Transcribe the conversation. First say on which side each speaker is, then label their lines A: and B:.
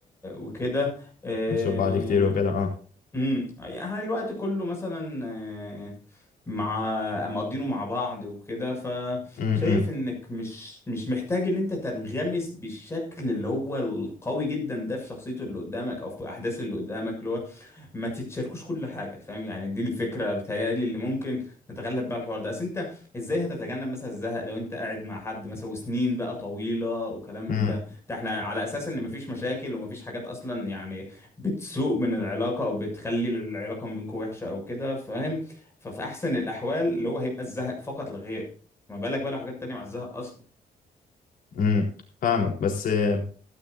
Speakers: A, on the left; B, on the left.
A: وكده آه،
B: نشوف بعض كتير وكده اه
A: مم، يعني الوقت كله مثلا آه، مع مقضينه مع بعض وكده فشايف
B: امم
A: انك مش مش محتاج ان انت تنغمس بالشكل اللي هو القوي جدا ده في شخصيته اللي قدامك او في احداث اللي قدامك اللي هو ما تتشاركوش كل حاجه فاهم يعني دي الفكره بتهيألي اللي ممكن نتغلب بقى الحوار ده اصل انت ازاي هتتجنب مثلا الزهق لو انت قاعد مع حد مثلا وسنين بقى طويله وكلام
B: امم
A: من ده ده احنا على اساس ان مفيش مشاكل ومفيش حاجات اصلا يعني بتسوء من العلاقه او بتخلي العلاقه ما بينكم وحشه او كده فاهم ففي احسن الاحوال اللي هو هيبقى الزهق فقط لا غير ما بالك بقى لو حاجات تانية مع الزهق اصلا
B: امم فاهمك بس آه،